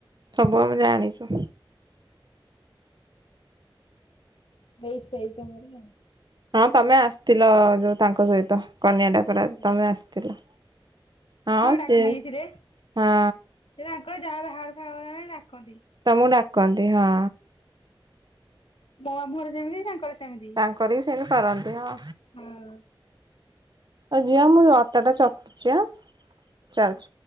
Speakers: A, on the right; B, on the left.
A: ସବୁ ଆମେ ଜାଣିଛୁ।
B: ବୟସ୍ ତାଇକ ମର। <unintelligible>
A: ହଁ ତମେ ଆସିଥିଲ ଯୋଉ ତାଙ୍କ ସହିତ କନ୍ୟାଡ଼ା ଡାକରା
B: ତାଙ୍କୁ
A: ତମେ ଆସିଥିଲ ହଁ
B: ଡାକି
A: ଛି
B: ନେଇଯାଇଥିଲେ
A: ହଁ।
B: ସେ ତାଙ୍କର ଯାହା ବାହାଘର ପାହାଘର ହେଲେ ଡ଼ାକନ୍ତି।
A: ତମକୁ ଡ଼ାକନ୍ତି ହଁ।
B: ମୋ ମାମୁଁଘର ଯେମିତି ତାଙ୍କର ସେମିତି।
A: କରିକି ସେମିତି କରନ୍ତି ହଁ।
B: ହଁ
A: ଆଉ ଝିଅ ମୁଁ ଅଟାଟା ଚକ୍‌ଟୁଚି ଆଁ। ଯାଉଛି।
B: ହ